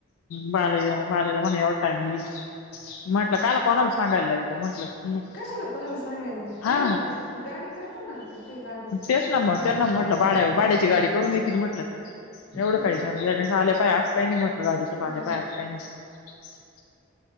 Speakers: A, on the left; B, on the left.
A: बाल्या ये बाल्याला म्हणे एवढा टाईम होईल म्हटल कोणाला म्हटलं
B: कशाला कोणाला सांगायला
A: हा
B: काही गाडी करतो ना आता काही गाडी
A: तेच ना मग
B: केली
A: त्यांना
B: का
A: म्हटलं
B: डायरेक्ट
A: भाड्या भाड्याची गाडी करून येतील म्हटलं त्या. <unintelligible>
B: हा हम्म